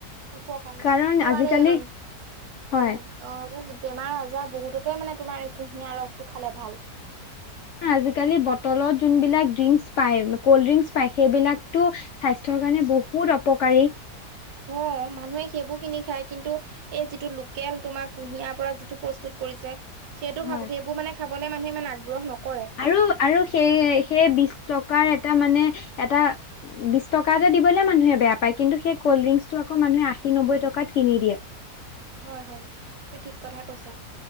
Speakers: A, on the right; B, on the left.
A: উপকাৰী
B: কাৰণ
A: তোমাৰ
B: আজিকালি
A: এ‌, উম।
B: হয়
A: অ, বেমাৰ-আজাৰ বহুততে মানে তোমাৰ এই কুঁহিয়াৰ ৰসটো খালে ভাল।
B: আজিকালি বটলত যোন বিলাক ড্ৰিংকচ পায়। ক'ল্ড ড্ৰিংকচ পায় সেইবিলাকতো স্বাস্থ্যৰ কাৰণে বহুত অপকাৰী।
A: সেয়াই মানুহে সেইবোৰ কিনি খায় কিন্তু এই যিটো লোকেল তোমাৰ কুঁহিয়াৰ পৰা যিটো প্ৰস্তুত কৰিছে। সেইটো
B: হয়
A: খাব সেইবোৰ মানে খাবলৈ মানুহ ইমান আগ্ৰহ নকৰে।
B: আৰু, আৰু সেই সেই বিশ টকাৰ এটা মানে এটা। বিশ টকা এটা দিবলে মানুহে বেয়া পায় কিন্তু সেই কল্ড ড্ৰিংকচটো আকৌ মানুহে আশী নব্বৈ টকাত কিনি দিয়ে।
A: হয়, হয় তুমি ঠিক কথাই কৈছা।